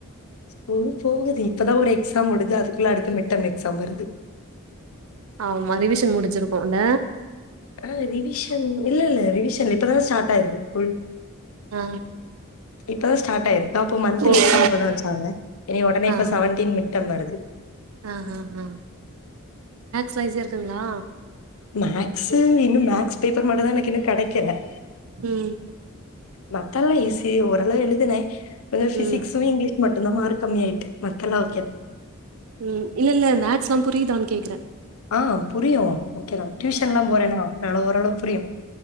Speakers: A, on the left; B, on the right.
A: போ போகுது இப்பதா ஒரு எக்ஸாம் முடுது அதுக்குள்ள அடுத்து மிட்டம் எக்ஸாம் வருது
B: ஆமா ரிவிஷன் முடிச்சிருக்கோல்ல
A: ஆ ரிவிஷன் இல்ல இல்ல ரிவிஷன் இப்பதான ஸ்டாட் ஆயிருக்கு கூல்
B: ஆ
A: இப்பதா ஸ்டாட்யிருக்கு அப்ப மந்திலி
B: ஓகே
A: எக்ஸாம் வச்சாங்க ஏ ஒடனே
B: ஆ
A: இப்ப செவன்டின் மிட் டமடுது
B: ஆ ஆ ஆ சைஸா இருக்குங்ளா
A: மேக்ஸு இன்னு மேக்ஸ் பேப்பர் மட்டுதா எனக்கு இன்னு கெடைக்கல
B: ம்
A: மத்தெல்ல ஈசி ஓரள எழுதுனே ஒ ஃபிசி்க்ஸ்சு
B: ம்
A: இங்லீ மட்டுந்தா மார் கம்மி ஆயிட்டு மத்தெல்லா ஓக்கே
B: ம் இல்ல இல்ல மேக்ஸ்ல்லா புரியுதான் கேக்றே
A: ஆ புரியு ஓக்கே தா டியூஷன்ல்லா போறேனா அனால ஓரளவு புரியு